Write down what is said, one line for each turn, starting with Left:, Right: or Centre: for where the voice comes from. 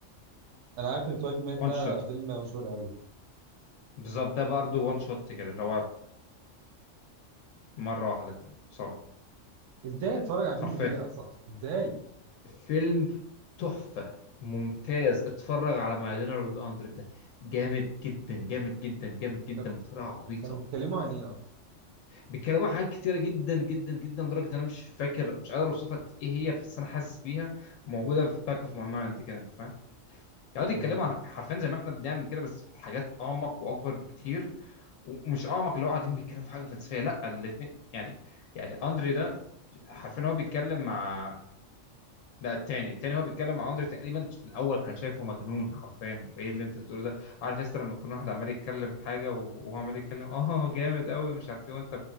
Right: أنا عارف ال 12 مان
Left: وان
Right: ده
Left: شوت
Right: فيلم مشهور قوي
Left: بالظبط ده برضو وان شوت كده اللي هو مره واحده كده صور
Right: إزاي أتفرج على
Left: حرفيا
Right: فيلم كده أصلا إزاي
Left: فيلم تحفه ممتاز اتفرج على ماي دينر وذ اندر ده جامد جدا جامد جدا جامد جدا
Right: طب
Left: بطريقه عبيطه
Right: كانوا بيتكلموا عن إيه أصلا
Left: بيتكلموا عن حاجات كتيره جدا جدا جدا لدرجه ان انا مش فاكر مش قادر اوصف لك ايه هي بس انا حاسس بيها وموجوده في باك اوف ماي مايند كده انت فاهم؟ يقعدوا
Right: مم.
Left: يتكلموا عن حرفيا زي ما احنا بنعمل كده بس بحاجات اعمق واكبر بكتير ومش اعمق اللي هو قاعدين بيتكلموا في حاجه فلسفيه لا الاثنين يعني يعني اندري ده حرفيا هو بيتكلم مع لا التاني التاني هو بيتكلم مع اندري تقريبا في الاول كان شايفه مجنون حرفيا وايه اللي انت بتقوله ده عارف يا لما تكون واحد عمال يتكلم حاجه وهو عمال يتكلم اه جامد قوي مش عارف ايه وانت